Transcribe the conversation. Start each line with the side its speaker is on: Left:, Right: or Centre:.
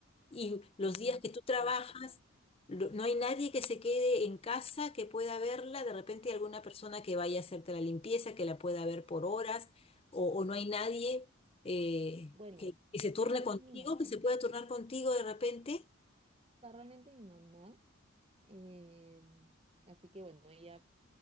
Left: Y los
Right: ujú,
Left: días que tú trabajas,
Right: Claro.
Left: lo- no hay nadie que se quede en casa que pueda verla. De repente hay alguna persona que vaya a hacerte la limpieza, que la pueda ver por horas, o, o no hay nadie eh,
Right: Bueno,
Left: que, que se
Right: está,
Left: turne
Right: mi
Left: contigo,
Right: mira,
Left: que se pueda turnar contigo de repente.
Right: sea, realmente mi mamá, eh, así que bueno, ella